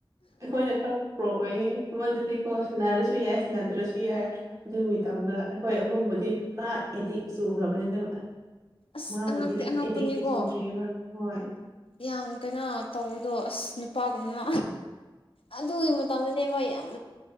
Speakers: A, on the right; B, on the left.
A: ꯑꯩꯈꯣꯏꯅ ꯈꯔ ꯄ꯭ꯔꯣꯛꯑꯣꯌꯦꯦ ꯃꯗꯨꯗꯤ ꯀꯣ ꯁꯟꯅꯔꯁꯨ ꯌꯥꯏ ꯁꯟꯅꯗ꯭ꯔꯁꯨ ꯌꯥꯏ ꯑꯗꯨꯒꯤ ꯃꯇꯝꯗ ꯑꯩꯈꯣꯏ ꯑꯍꯨꯝꯕꯨꯗꯤ ꯄꯨꯔꯥ ꯑꯦꯗꯤꯛ ꯆꯨꯈ꯭ꯔꯕꯅꯤꯠꯇꯕ
B: ꯑꯁ
A: ꯃꯥꯕꯨꯗꯤ
B: ꯑꯉꯛꯇꯤ ꯑꯉꯛꯄꯅꯤꯀꯣ
A: ꯑꯦꯗꯤꯛꯇꯤ ꯆꯨꯗ꯭ꯔꯤꯑꯕ ꯍꯣꯏ
B: ꯌꯥꯝ ꯀꯩꯅꯣ ꯇꯧꯕꯗꯣ ꯑꯁ ꯅꯨꯄꯥꯒꯨꯝꯅ ꯑꯗꯨꯒꯤ ꯃꯇꯝꯗꯅꯦꯕ ꯌꯥꯝ